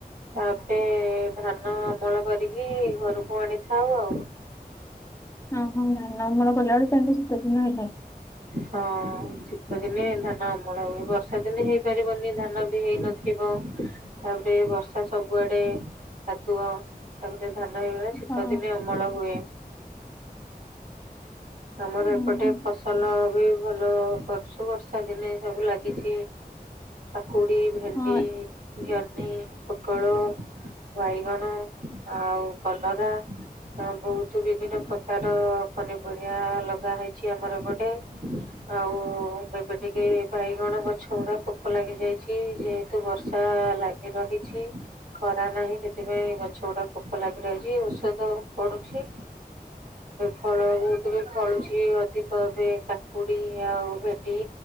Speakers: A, on the right (about 65°); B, on the left (about 20°).
A: ଆପେ ଧାନ ଅମଳ କରିକି ଘରକୁ ଆଣିଥାଉ ଆଉ।
B: ହଁ ହଁ ନା ମୋର ଗଲା ବେଳେ ତ ଶୀତ ଦିନ ହେଇଥାଏ।
A: ହଁ ଶୀତ ଦିନେ ଧାନ ଅମଳ ହୁଏ। ବର୍ଷା ଦିନେ ହେଇପାରିବନି ଧାନ ବି ହେଇନଥିବ। ତାପରେ ବର୍ଷା ସବୁଆଡେ କାଦୁଅ ତାପରେ ଧାନ ଘରିକା ଶୀତ
B: ହଁ
A: ଦିନେ ଅମଳ ହୁଏ। ଆମର
B: ହଁ
A: ଏପଟେ ଫସଲ ବି ଭଲ ବର୍ଷୁ ବର୍ଷା ଦିନେ ସବୁ ଲାଗିଛି। କୋଡ଼ି ଭେଣ୍ଡି
B: ହଁ
A: ଜହ୍ନି, ପୋଟଳ ବାଇଗଣ ଆଉ କଲରା ହଁ ବହୁତ ବିଭିନ୍ନ ପ୍ରକାର ପନିପରିବା ଲଗା ହେଇଛି ଆମର ଏ ପଟେ ଆଉ ଏବେ ଟିକେ ବାଇଗଣ ଗଛ ଗୁଡା ପୋକ ଲାଗି ଯାଇଛି ଯେହେତୁ ବର୍ଷା ଲାଗି ରହିଛି। ଖରା ନାହିଁ ସେଥିପାଇଁ ଗଛ ଗୁଡା ପୋକ ଲାଗି ରହିଛି ଔଷଧ ପଡୁଛି। ଫଳ ବହୁତ ବି ଫଳୁଛି ଅଧିକ। ଏ କାକୁଡି ଆଉ ଭେଣ୍ଡି